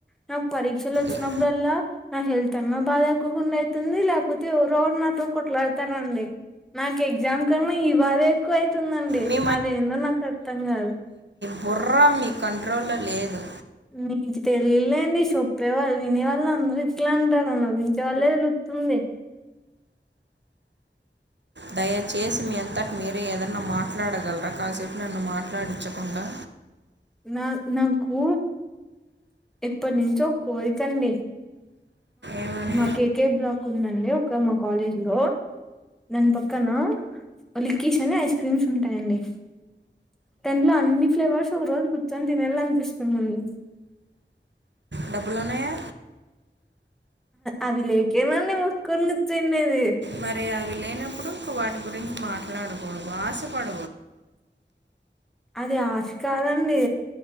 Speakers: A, in the centre; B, on the right.
A: నాకు పరీక్షలు వచ్చినప్పుడల్లా
B: ఏ-
A: నా హెల్త్ అన్నా బాధ ఎక్కువగాండ అవుతుంది లేకపోతే ఎవరెవరు నాతో కొట్లాడతారంండి నాకు ఎగ్జామ్ కన్నా ఈ బాధ ఎక్కువయి అతుందండి
B: మీ
A: అదేందో నాకు అర్థం కాదు
B: బుర్రా మీ కంట్రోల్లో లేదు
A: నీకు తెలియలేండి చెొప్పేవాళ్ళ వినేవాళ్ళు అందరుూ ఇట్లా అంటారు నవించే వాళ్ళే తెలుత్తుంది
B: దయచేసి మీ అంతటి మీరే ఏదన్నా మాట్లాడగలరా కాసేపు నన్ను మాట్లాడించకుండా
A: నా నాకు ఎప్పటి నుంచో ఒక కోరికండి
B: ఏమని
A: మాకకే బ్లాక్ ఉందండి ఒక మా కాలేజ్ లో దాని పక్కన లిక్కీష్ అని ఐస్ క్రీమ్స్ ఉంటాయండి దాంట్లో అన్ని ఫ్లేవర్స్ ఒక రోజు కూర్చొని తినాల అనిపిస్తుందిండి
B: డబ్బులు ఉన్నాయా
A: అవిలేకే నుండి మూసుకుని కూర్చునేది.
B: మరి అవి లేనప్పుడు ఇ వాటి గురించి మాట్లాడకూడదు ఆశపడ
A: అది ఆశ కాదండి